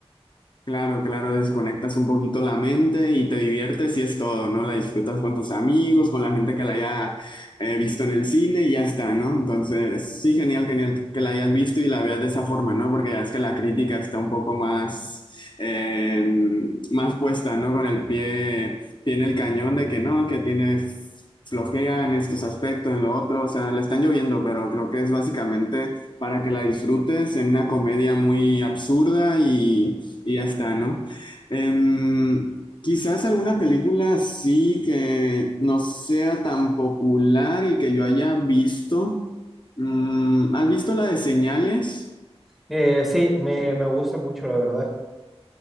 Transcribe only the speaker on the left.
Claro, claro, desconectas un poquito la mente y te diviertes y es todo, ¿no? La disfrutas con tus amigos, con la gente que la haya eh, visto en el cine y ya está, ¿no? Entonces, sí, genial, genial que la hayas visto y la veas de esa forma, ¿no? Porque ya es que la crítica está un poco más, eh, más puesta, ¿no? Con el pie, pie en el cañón de que no, que tiene flojea en estos aspectos, en lo otro, o sea, le están lloviendo, pero creo que es básicamente para que la disfrutes en una comedia muy absurda y y ya está, ¿no? Em, quizás alguna película sí que no sea tan popular y que yo haya visto. Mm, ¿has visto la de Señales?